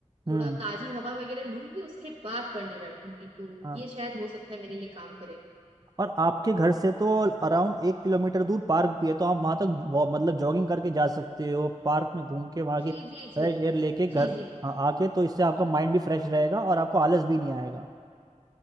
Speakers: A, on the right; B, on the right.
A: हम्म
B: थोड़ा ताजी हवा वगैरह लूंगी उसके बाद पढ़ने बैठूंगी तो
A: हाँ
B: ये शायद हो सकता है मेरे लिए काम करे
A: और आपके घर से तो अराउंड एक किलोमीटर दूर पार्क भी है तो आप वहां तक वो- मतलब जॉगिंग करके जा सकते हो पार्क में घूम के वहां के
B: जी जी जी
A: फ्रेश एयर लेके घर
B: जी जी
A: हाँ, आके तो इससे आपका माइंड भी फ्रेश रहेगा और आपको आलस भी नहीं आएगा